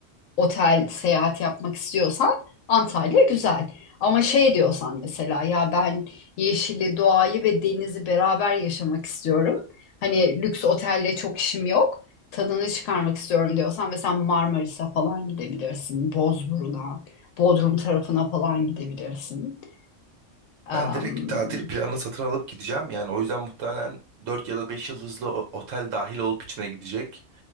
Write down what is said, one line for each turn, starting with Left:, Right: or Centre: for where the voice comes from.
Left: otel seyahat yapmak istiyorsan Antalya güzel. Ama şey diyorsan mesela ya ben yeşili, doğayı ve denizi beraber yaşamak istiyorum. Hani lüks otelle çok işim yok. Tadını çıkarmak istiyorum diyorsan mesela Marmaris'e falan gidebilirsin. Bozburun'a, Bodrum tarafına falan gidebilirsin. Am,
Right: Ben direkt tatil planını satın alıp gideceğim. Yani o yüzden muhtemelen 4 ya da 5 yıldızlı o- otel dahil olup içine gidecek.